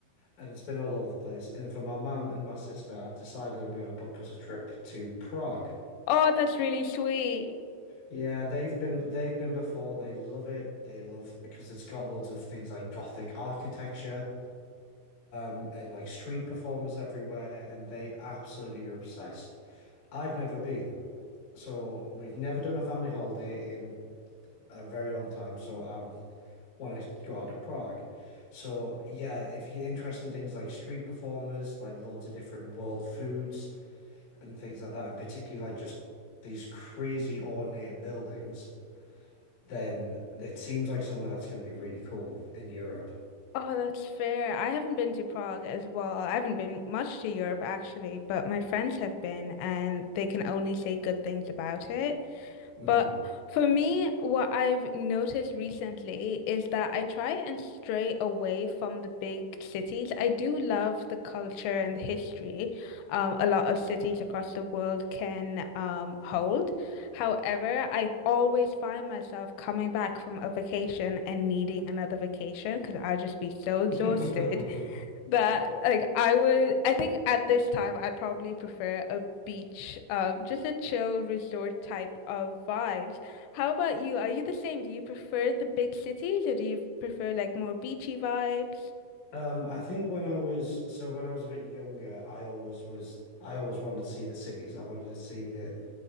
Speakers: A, on the left; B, on the left.
A: and it's been all over the place. And for my mum and my sister, I've decided I'm going to book us a trip to Prague.
B: Oh, that's really sweet.
A: Yeah, they've been they've been before. They love it. They love because it's got loads of things like Gothic architecture and like street performers everywhere, and they absolutely are obsessed. I've never been, so we've never done a family holiday in a very long time. So I'm want to go out to Prague. So yeah, if you're interested in things like street performers, like loads of different world foods and things like that, and particularly like just these crazy ornate buildings, then it seems like somewhere that's going to be really cool in Europe.
B: Oh, that's fair. I haven't been to Prague as well. I haven't been much to Europe actually, but my friends have been and they can only say good things about it.
A: hmm
B: But for me, what I've noticed recently is that I try and stray away from the big cities. I do love the culture and the history um, a lot of cities across the world can um, hold. However, I always find myself coming back from a vacation and needing another vacation because I'll just be so exhausted
A: <laughs> um,
B: but like I would, I think at this time I'd probably prefer a beach, um, just a chill resort type of vibes. How about you? Are you the same? Do you prefer the big cities or do you prefer like more beachy vibes?
A: I think when I was so when I was a bit younger, I always was I always wanted to see the cities. I wanted to see the